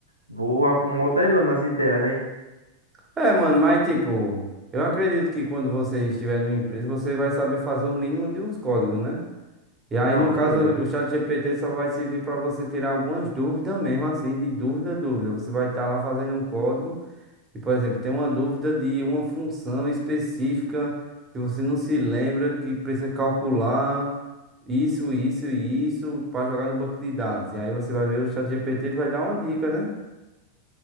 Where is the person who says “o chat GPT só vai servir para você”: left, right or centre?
Right